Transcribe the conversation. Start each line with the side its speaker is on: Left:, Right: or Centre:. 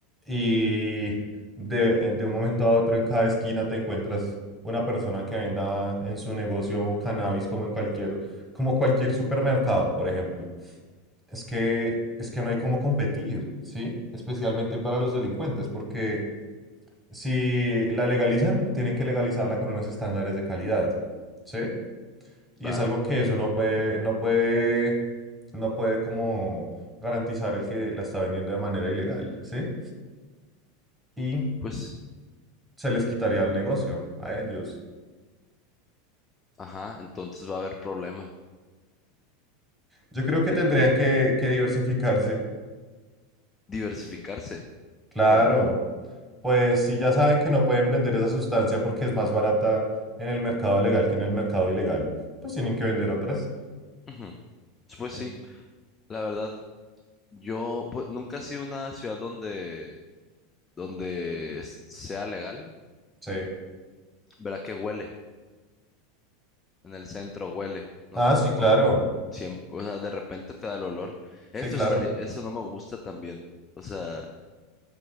Centre: y de, de un momento a otro en cada esquina te encuentras una persona que venda en su negocio cannabis como en cualquier, como cualquier supermercado, por ejemplo. Es que, es que no hay cómo competir, ¿sí? Especialmente para los delincuentes, porque si la legalizan, tienen que legalizarla con unos estándares de calidad, ¿sí? Y
Left: claro,
Centre: es algo que eso no puede, no puede, no puede como garantizar el que la está vendiendo de manera ilegal, ¿sí? Y
Left: pues sí.
Centre: se les quitaría el negocio a ellos.
Left: Ajá, entonces va a haber problemas.
Centre: Yo creo que
Left: El
Centre: tendrían que, que diversificarse.
Left: diversificarse.
Centre: Claro.
Left: ¿Cómo?
Centre: Pues si ya saben que no pueden vender esa sustancia porque es más barata en el mercado legal que en el mercado ilegal, pues tienen que vender otras.
Left: Ujú. Pues
Centre: En-
Left: sí, la verdad, Yo pues, nunca he sido una ciudad donde, donde es- sea legal.
Centre: Sí.
Left: Verá que huele. En el centro huele. No
Centre: Ah,
Left: te
Centre: sí,
Left: tocó.
Centre: claro.
Left: Siempre, o sea, de repente te da el olor.
Centre: Sí,
Left: Eso
Centre: claro.
Left: estaría, eso no me gusta también. O sea,